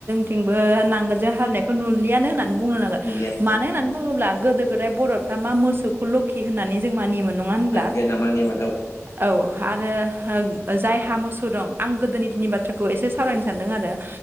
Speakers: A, on the right; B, on the left.
A: <unintelligible> नांगोलजों हालौनायखौ न <unintelligible> <unintelligible> होननानै बुंनो नांगोन।
B: नुलिया
A: मानो होननानै बुङोब्ला गोदो गोदाय बर'फ्रा मा मोसौखौल' <unintelligible> होन्नानै जों मानियोमोन। नङा होनब्ला
B: लाखिया ना मानिमोन औ
A: ओ औ। आरो जायहा मोसौ दं। आं गोदोनि दिननि बाथ्राखौ एसे सावरायनो सान्दों आरो ओ